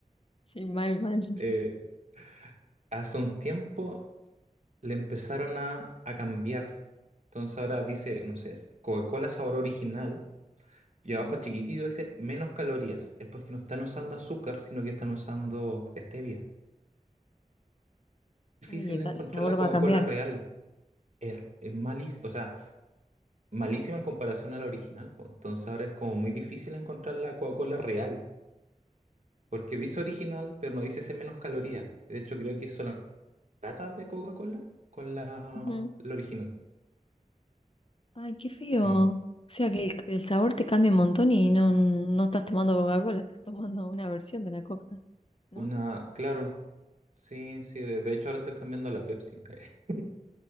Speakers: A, on the left; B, on the right.
A: sí, mal, mal.
B: Eh, hace un tiempo le empezaron a, a cambiar. Entonces ahora dice, no sé, es Coca-Cola sabor original. Y
A: <laughs>
B: abajo chiquitito dice menos calorías. Es porque no están usando azúcar, sino que están usando stevia. Difícil
A: Ay, el,
B: encontrar
A: el sabor
B: la Coca-Cola
A: va a cambiar.
B: real. Es, es malísimo. O sea, malísima en comparación a la original, po. Entonces ahora es como muy difícil encontrar la Coca-Cola real, porque dice original, pero no dice ese menos calorías. De hecho, creo que son las latas de Coca-Cola con la,
A: Ujú.
B: la original.
A: Ay, qué feo.
B: Sí,
A: O sea que el, el sabor te cambia un montón y no, no estás tomando Coca-Cola, estás tomando una versión de la Coca, ¿no?
B: una, claro. Sí, sí, de, de hecho ahora estoy cambiando a la Pepsi. <laughs>